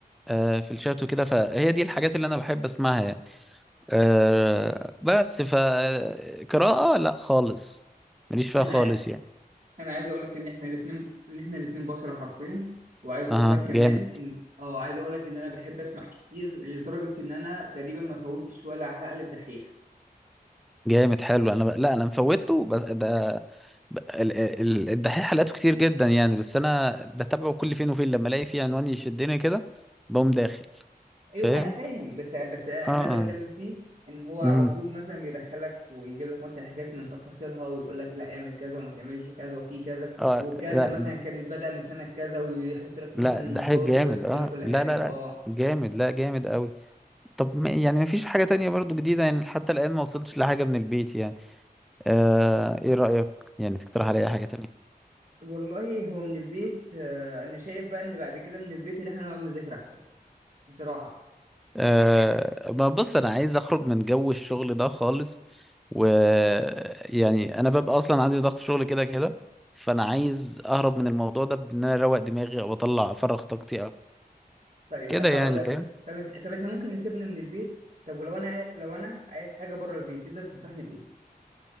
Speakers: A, in the centre; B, on the right (about 50°).
A: آه في الشات وكده فهي دي الحاجات اللي انا بحب اسمعها يعني آه بس فقراءة لا خالص ماليش فيها
B: أنا
A: خالص يعني
B: انا عايز اقول لك ان احنا الاثنين ان احنا الاثنين بشر حرفيا وعايز
A: اها
B: اقول لك كمان
A: جامد
B: ان اه عايز اقول لك ان انا بحب اسمع كتير لدرجه ان انا تقريبا ما فوتش ولا حلقه للدحيح
A: جامد حلو انا ب... لا انا مفوته بس ده ب- ال- ال- الدحيح حلقاته كتير جدا يعني بس انا بتابعه كل فين وفين لما الاقي فيه عنوان يشدني كده بقوم داخل فاهم
B: ايوه انا فاهم بس بس اللي
A: اه
B: انا
A: اه
B: بتكلم فيه ان هو على
A: مم.
B: طول مثلا بيدخلك ويجيب لك مثلا حاجات من تفاصيلها ويقول لك لا اعمل كذا وما تعملش كذا وفي كذا
A: اه
B: وكذا
A: لا
B: مثلا كانت بادئه من سنه كذا ويحط لك
A: لا
B: مثلا
A: الدحيح
B: المصادر
A: جامد
B: ويحط
A: اه
B: لك كل
A: لا
B: حاجه
A: لا لا
B: اه
A: جامد لا جامد قوي طب ما يعني ما فيش حاجة تانية برضو جديدة يعني حتى الآن ما وصلتش لحاجة من البيت يعني آه ايه رأيك يعني تقترح عليا حاجة تانية
B: والله هو من البيت آه، انا شايف بقى ان بعد كده من البيت اللي احنا نقعد نذاكر احسن بصراحه
A: أه ما بص انا عايز اخرج من جو الشغل ده خالص ويعني انا ببقى اصلا عندي ضغط شغل كده كده فانا عايز اهرب من الموضوع ده بان انا اروق دماغي او اطلع افرغ طاقتي او
B: طيب
A: كده
B: انا
A: يعني
B: هقول لك
A: فاهم
B: طب انت طب احنا ممكن نسيبنا من البيت طب ولو انا عاي- لو انا عايز حاجه بره البيت تقدر تنصحني بايه